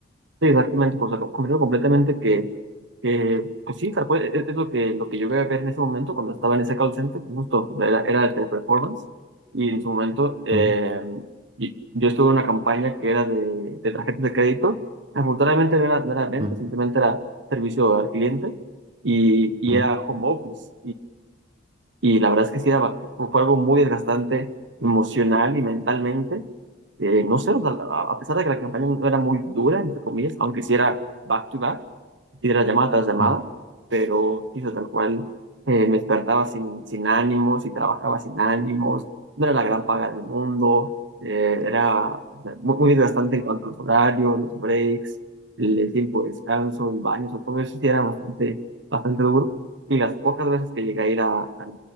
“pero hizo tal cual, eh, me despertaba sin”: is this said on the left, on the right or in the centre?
Right